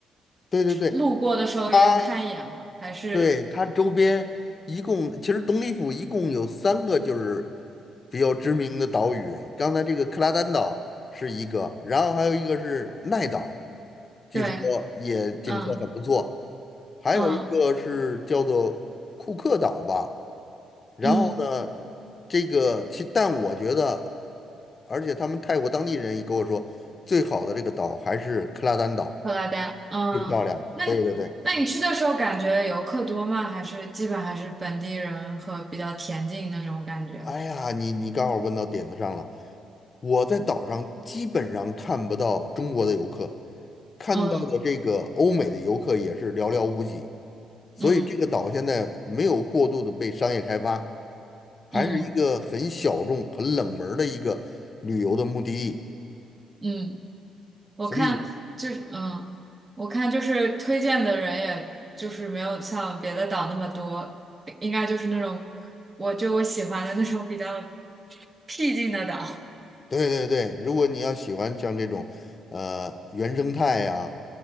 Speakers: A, on the left; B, on the right.
A: 对对对，
B: 路过的时候也有看一眼吗？
A: 它。
B: 还是
A: 对，它周边一共，其实东里府一共有三个就是比较知名的岛屿。刚才这个克拉丹岛是一个，然后还有一个是奈岛，据说也景色很不错。
B: 对，嗯
A: 还有一个是叫做库克岛吧。
B: 嗯
A: 然后呢，
B: 嗯，
A: 这个其但我觉得，而且他们泰国当地人也跟我说，最好的这个岛还是克拉丹岛，
B: 布拉丹，嗯，
A: 最漂亮。
B: 那你那你去的时候感觉游客多吗？
A: 对对对。
B: 还是基本还是本地人和比较恬静那种感觉？
A: 哎呀，你你刚好问到点子上了。我在岛上基本上看不到中国的游客，看到的这个欧美的游客也是寥寥无几，
B: 嗯
A: 所以这个岛现在没有过度的被商业开发，
B: 嗯。
A: 还是一个很小众、
B: 嗯
A: 很冷门儿的一个旅游的目的地。
B: 嗯，我看就是嗯，
A: 所以
B: 我看就是推荐的人，也就是没有像别的岛那么多，应该就是那种我就我喜欢的那种比较僻静的岛。
A: 对对对，如果你要喜欢像这种，呃，原生态呀，